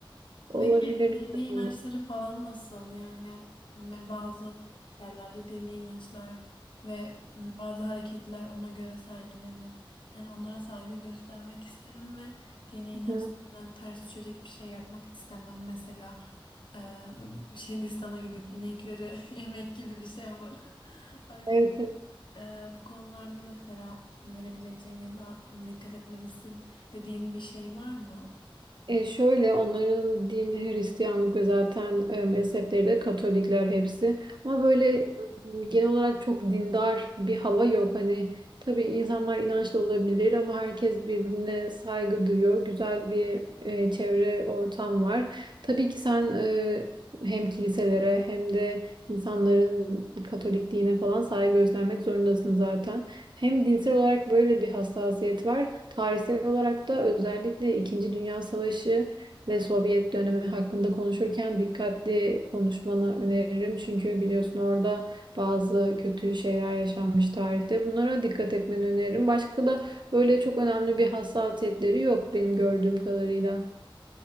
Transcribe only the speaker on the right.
Olabilir.
Hı
hı.
Evet
E şöyle onların din Hristiyanlık ve zaten e, mezhepleri de Katolikler hepsi. Ama böyle m, genel olarak çok dindar bir hava yok. Hani tabii insanlar inançlı olabilir ama herkes birbirine saygı duyuyor. Güzel bir e, çevre ortam var. Tabii ki sen e, hem kiliselere hem de İnsanların Katolik dine falan saygı göstermek zorundasın zaten. Hem dinsel olarak böyle bir hassasiyet var. Tarihsel olarak da özellikle İkinci Dünya Savaşı ve Sovyet dönemi hakkında konuşurken dikkatli konuşmanı öneririm. Çünkü biliyorsun orada bazı kötü şeyler yaşanmış tarihte. Bunlara dikkat etmeni öneririm. Başka da öyle çok önemli bir hassasiyetleri yok benim gördüğüm kadarıyla.